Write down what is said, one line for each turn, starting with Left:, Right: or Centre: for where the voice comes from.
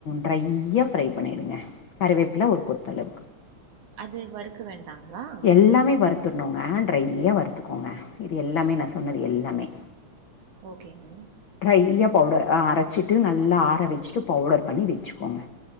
Left: ட்ரையா ஃப்ரை பண்ணிடுங்க கறவேப்பில ஒரு கொத்தளவுக்கு
Right: அது வரு க்க வேண்டாங்களா
Left: எல்லாமே வறுத்துட்னுங்க டிரைய்யா வறுத்துக்கோங்க இது எல்லாமே நா சொன்னது எல்லாமே
Right: ஓகேங்
Left: ட்ரையா பவுடர் ஆ அரச்சிட்டு நல்லா ஆற வெச்சுட்டு பவுடர் பண்ணி வெச்சுக்கோங்க